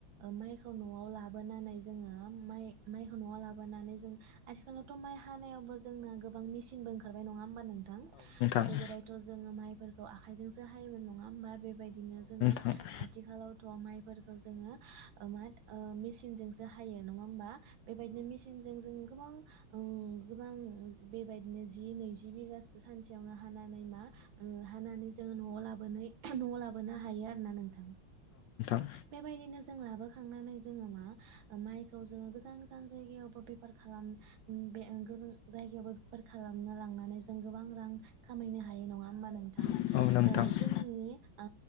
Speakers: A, on the right; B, on the left.
A: माइखौ न'आव लाबोनानै जोङो माइखौ न'आव लाबोनानै जों आथिखालावथ' माइ हानायावबो जोंना गोबां मेसिनबो ओंखारबाय नङा होमबा नों गोदो
B: औ नोंथां औ नोंथां
A: गोदायथ' जोङो माइ फोरखौ आखाइजोंसो हायोमोन नङा होमबा बे बेबायदिनो जोंङो
B: औ नोंथां औ नोंथां
A: आथिखालावथ' फोरखौ जोङो मा मेसिनजोंसो हायो नङा होमबा बेबायदिनो मेसिनजों जों गोबां गोबां बेबायदिनो जि नैजि बिगासो सानसेयावनो हानानै मा हानानै जोङो न'आव लाबोनाय न'आव लाबोनो हायो आरोना नोंथां
B: औ
A: बेबायदिनो जों लाबो खांनानै जोङो मा माइखौ जोङो गोजान गोजान जायगायावबो बेफार खालाम ओ बे गोजान जायगायावबो बेफार खालामनो लांनानै जों गोबां रां खामायनो हायो नङा होमबा नों थां
B: नोंथां औ नोंथां
A: ओ जोंनि
B: औ
A: ओ